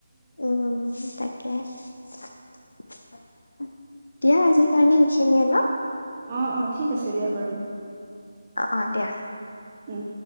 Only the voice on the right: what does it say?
অ' অ' ঠিক আছে দিয়া বাৰু
উম